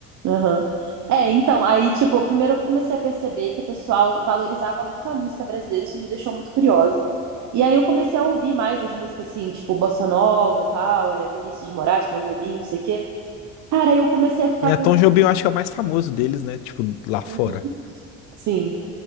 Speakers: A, on the right; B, on the left.
A: Aham. É, então, aí, tipo, primeiro eu comecei a perceber que o pessoal valorizava muito a música brasileira, isso me deixou muito curiosa. E aí eu comecei a ouvir mais as músicas, assim, tipo, Bossa Nova, tal, é, Vinícius de Moraes, Tom Jobim, não sei o quê. Cara, aí eu comecei a ficar
B: É,
A: com...
B: Tom Jobim eu acho que é o mais famoso deles, né? Tipo, lá fora.
A: Uhum. Sim.